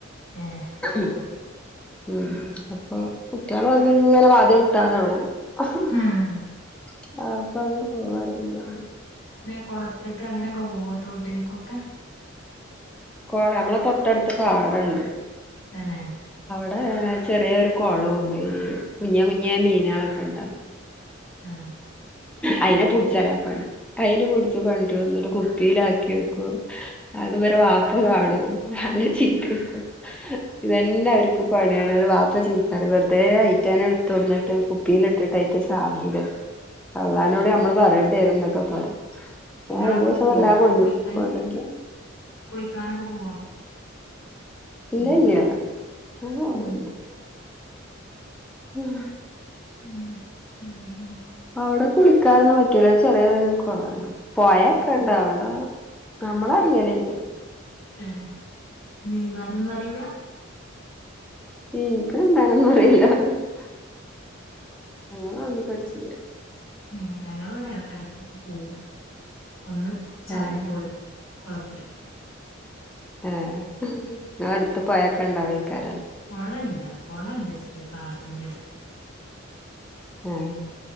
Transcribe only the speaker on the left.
ഏ
ഉം
പിന്നെ കുളത്ത്ക്ക് അങ്ങനെയൊക്കെ പോവോ തോട്ടിലേക്കൊക്കെ.
തന്നെ.
ആഹ.
ഉം.
നിങ്ങളൊക്കെ
പോവോ
കുളിക്കാന് കുളിക്കാനൊക്കെ പോവോ?
ഉം.
ഉം.
പിന്നെ വേറെന്താ
ഉം.
ഏ നീന്താനൊന്നറിയൂല?
ഉം ഞങ്ങള് ഇവിടെ എടക്കൊക്കെ പോവും ഒന്ന് ചാടിപ്പോരും
കൊളത്തില്
പൊഴേല്ല കോളണ്ട് ചെറ്യേ പാടത്തിന്റട്